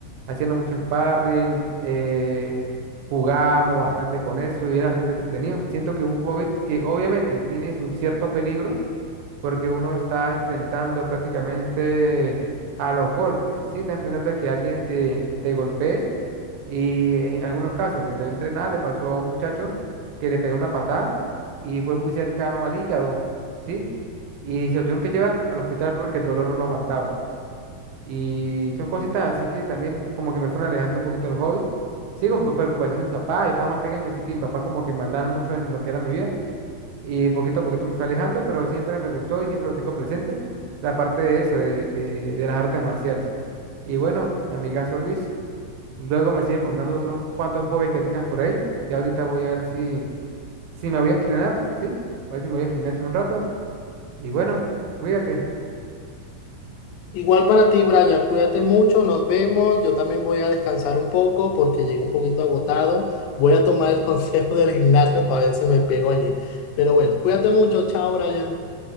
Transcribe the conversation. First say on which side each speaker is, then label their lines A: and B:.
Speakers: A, on the right (about 70°); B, on the left (about 80°).
A: haciendo mucho sparring, eh, jugábamos bastante con eso y era bastante entretenido. Siento que un hobbit que obviamente tiene su cierto peligro, porque uno está enfrentando prácticamente a los golpes, ¿sí? Está enfrentando a que alguien te, te golpee y en algunos casos, mientras yo entrenaba, le pasó a un muchacho que le pegó una patada y fue muy cercano al hígado, ¿sí? Y se lo tuvieron que llevar al hospital porque el dolor no lo aguantaba. Y son cositas así que también como que me fueron alejando un poquito del hobbit. Sí, con preocupación de mi papá, yo estaba más pequeño, así que mi papá como que mandaba mucho en lo que era mi vida. Y poquito a poquito me fue alejando, pero siempre me gustó y siempre lo tengo presente, la parte de eso, de, de, de las artes marciales. Y bueno, mi amigazo Luis, Luego me sigues contando otros cuantos hobbies que tengas por ahí. Ya ahorita voy a ver si, si me voy a entrenar, ¿sí? Voy a ver si me voy al gimnasio un rato. Y bueno, cuídate.
B: Igual para ti, Brian, cuídate mucho, nos vemos. Yo también voy a descansar un poco porque llegué un poquito agotado. Voy a tomar el <laughs> consejo del gimnasio para ver si me pego allí. Pero bueno, cuídate mucho, chao, Brian.